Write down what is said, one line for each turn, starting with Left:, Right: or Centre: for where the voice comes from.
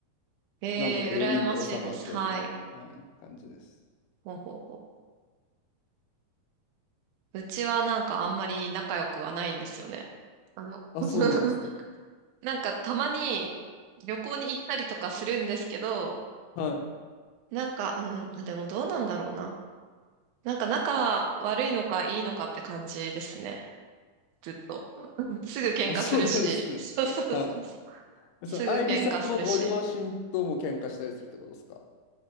Right: ええー、
Left: なんとか4人で収まってるみたいな、
Right: 羨ましいです。はい。
Left: はい、感じです。
Right: ほうほうほう。うちはなんかあんまり仲良くはないんですよね。あの、
Left: あ、
Right: <laughs>
Left: そうなんですね。
Right: なんかたまに旅行に行ったりとかするんですけど、
Left: はい。
Right: なんか、うん、あでもどうなんだろうな。なんか仲悪いのかいいのかって感じですね。ずっと。<laughs> すぐ喧嘩するし。
Left: あ、そうなんですね。
Right: そうそうそう。
Left: はい。
Right: すぐ喧嘩するし。
Left: その、愛梨さんもご両親とも喧嘩したりするってことですか